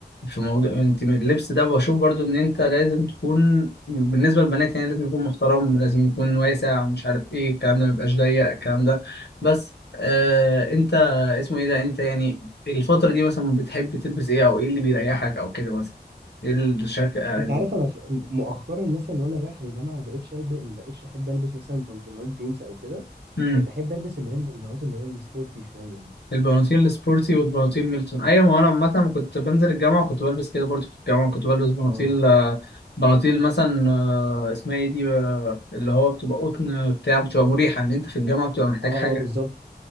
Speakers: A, on the left; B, on the right.
A: في موضوع انت من اللبس ده بشوف برضو ان انت لازم تكون بالنسبة للبنات يعني لازم يكون محترم لازم يكون واسع مش عارف ايه الكلام ده ما يبقاش ضيق الكلام ده بس آه انت اسمه ايه ده انت يعني الفترة دي مثلا بتحب تلبس ايه او ايه اللي بيريحك او كده مثلا ايه الشكل ال...
B: انت عارف انا ف- مؤخرا مثلا وانا رايح الجامعه ما بقتش البس ما بقتش احب البس مثلا بنطلونات جينز او كده
A: مم.
B: بقيت احب البس اللي هي البنطلونات اللي هي السبورتي شويه دي
A: البناطيل السبورتي والبناطيل ميلتون ايوه ما انا عامة كنت بنزل الجامعة وكنت بلبس كده برضو في الجامعة كنت بلبس بناطيل
B: اه
A: آه، بناطيل مثلا آه، اسمها ايه دي آه، اللي هو بتبقى قطن بتاع بتبقى مريحة ان انت في الجامعة بتبقى محتاج
B: اه
A: حاجة
B: اه بالظبط